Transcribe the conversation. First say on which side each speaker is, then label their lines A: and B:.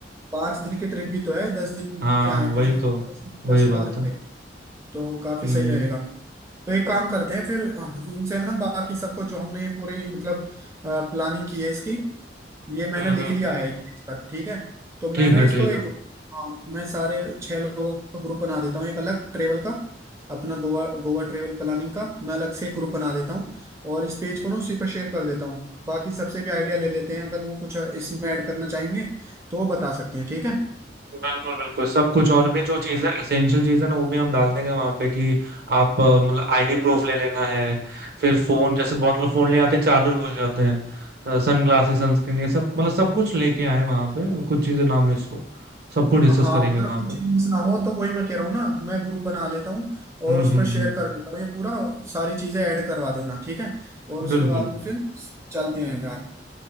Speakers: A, on the right; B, on the right.
A: पाँच दिन की ट्रिप भी तो है दस दिन
B: हाँ
A: क्या है कुछ
B: वही
A: भी
B: तो
A: दस
B: वही
A: दस
B: बात
A: हजार रुपये
B: है
A: तो काफी
B: हम्म
A: सही रहेगा तो एक काम करते हैं फिर इनसे ना बाकी सबको जो हमने ये पूरी मतलब प्लानिंग की है इसकी ये मैंने
B: हम्म
A: लिख
B: हम्म,
A: लिया
B: हम्म।
A: है एक पेज पर ठीक है तो मैं
B: ठीक
A: ना
B: है
A: इसको
B: ठीक
A: एक
B: है
A: हाँ, मैं सारे छह लोगों का ग्रुप बना देता हूँ एक अलग ट्रेवल का अपना गोवा गोवा ट्रेवल प्लानिंग का मैं अलग से एक ग्रुप बना देता हूँ और इस पेज को ना उसी पर शेयर कर देता हूँ बाकी सबसे भी आइडिया ले लेते हैं अगर वो कुछ इसमें ऐड करना चाहेंगे तो वो बता सकते हैं ठीक है
B: बिल्कुल बिल्कुल सब कुछ और भी जो चीजें एसेंशियल चीजें ना वो भी हम डाल देंगे वहां पे कि आप अ, मतलब आईडी प्रूफ ले लेना है फिर फोन जैसे बहुत लोग फोन ले आते हैं चार्जर भूल जाते हैं सन ग्लासेस सनस्क्रीन ये सब मतलब सब कुछ लेके आए वहां पे कुछ चीजें ना मिस हो सब कुछ डिस्कस
A: हाँ
B: करेंगे
A: मतलब
B: वहां
A: कोई
B: पे
A: चीज मिस ना हो तो वही मैं कह रहा हूँ ना मैं ग्रुप बना लेता हूँ
B: हम्म
A: और उस
B: हम्म
A: पर शेयर
B: हम्म
A: कर देता हूँ ये पूरा सारी चीजें ऐड करवा देना ठीक है और उसके
B: बिल्कुल
A: बाद में फिर चलते हैं यार